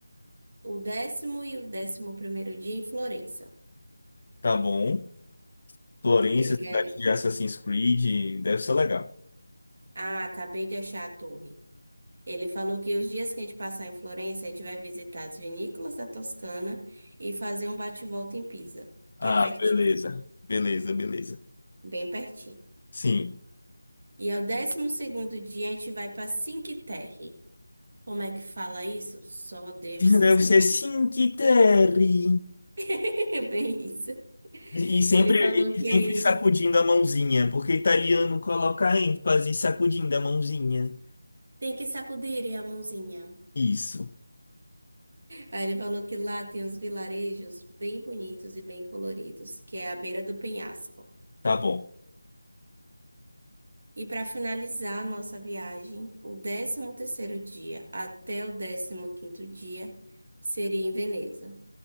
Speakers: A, on the right; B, on the left.
A: o décimo e o décimo primeiro dia em Florença.
B: tá bom. Florência,
A: Ele quer.
B: cidade de Assassin's Creed, deve ser legal.
A: Ah, acabei de achar a torre. Ele falou que os dias que a gente passar em Florença, a gente vai visitar as vinícolas da Toscana e fazer um bate-volta em Pisa,
B: Ah,
A: que é pertinho,
B: beleza. Beleza, beleza.
A: bem pertinho.
B: Sim.
A: E ao décimo segundo dia, a gente vai para Cinque Terre. Como é que fala isso? Só Deus sabe.
B: Deve ser sim, que terry.
A: <laughs> É bem isso.
B: E e sempre,
A: Ele falou que
B: e sempre sacudindo a mãozinha, porque italiano coloca ênfase sacudindo a mãozinha.
A: tem que sacudir a mãozinha.
B: Isso,
A: Aí ele falou que lá tem uns vilarejos bem bonitos e bem coloridos, que é à beira do penhasco.
B: tá bom.
A: E para finalizar a nossa viagem, o décimo terceiro dia até o décimo quinto dia seria em Veneza,